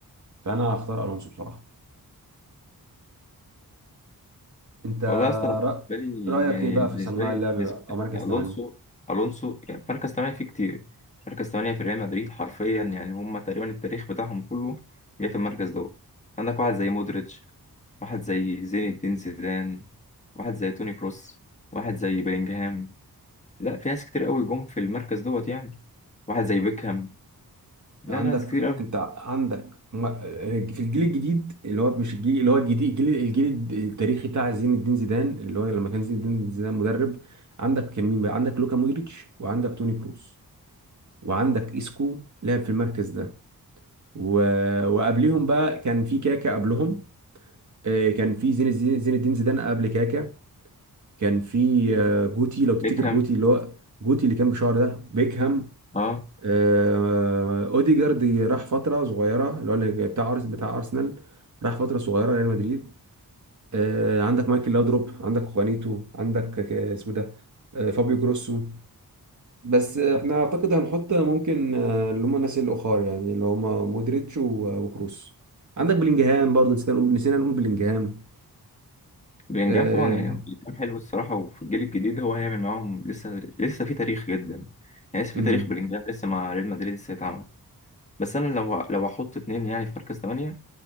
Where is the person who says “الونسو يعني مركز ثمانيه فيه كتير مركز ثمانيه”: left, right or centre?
Left